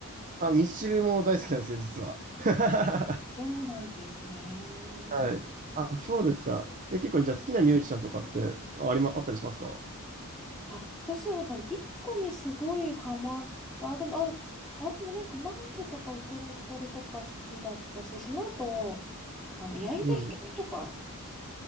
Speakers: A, on the right; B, in the centre.
A: あ、ミスチルも大好きなんですよ、実は。<laughs>
B: そうなんですね。
A: はい。あ、そうですか。え、結構じゃあ好きなミュージシャンとかってあありま、あったりしますか
B: あ、私はなんか一個にすごいハマった。でも、あ、あ、でもなんかバンプとか宇多田ヒカルとか好きだったし、その後、あの、矢井田瞳とか、
A: うん。